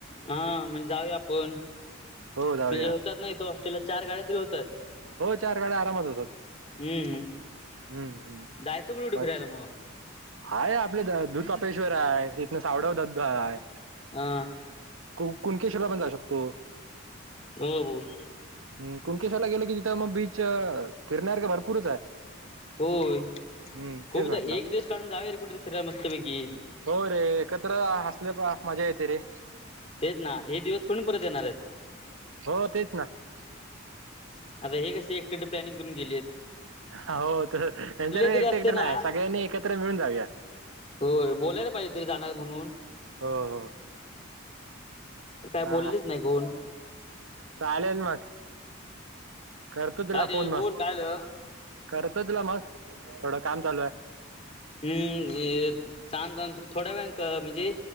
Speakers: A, on the left; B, on the right.
A: हा म्हणजे जाऊ आपण म्हणजे.
B: हो जाऊया
A: असतात नाहीतर हॉस्टेलला चार गाड्या तरी होतात.
B: हो चार गाड्या आरामात होतात.
A: हम्म.
B: हम्म. हम्म.
A: जायचं कुठे
B: <unintelligible>
A: कुठे फिरायला मग
B: हाय आपले दूधपेश्वर आहे इथनं सावडव दध आहे.
A: हा.
B: कोण कुणकेशला पण जाऊ शकतो.
A: <unintelligible> बोल
B: हम् कुणकेश्वर ला गेलो की तिथं मग बीच फिरण्यासारखं भरपूर आहे.
A: होय
B: हम्म
A: खूप
B: तेच म्हटलं
A: जा एक दिवस काढून जावू रे कुठेेतरी फिरायला मस्त पैकी.
B: हो रे एकत्र असले मजा येते रे.
A: तेच ना हे दिवस थोडी परत येणार आहेत.
B: हो तेच ना. <inaudible> <unintelligible>
A: आता हे कस एकटे प्लॅनिंग करून गेले आहेत.
B: हो त्यांच्यावर एकट
A: तरी असते
B: एकट
A: ना
B: नाही सगळ्यांनी एकत्र मिळून जाऊया.
A: होय बोलायला पाहिजे तरी जाणार म्हणून.
B: हो हो
A: काय
B: चा
A: बोललेच नाही कोण.
B: चालेल मग <unintelligible> करतो तुला
A: का रे
B: फोन
A: बोल
B: मग
A: काय झालं
B: करतो, तुला मग थोडं काम चालू आहे.
A: हम्म थांब तान तू थोड्या वेळ म्हणजे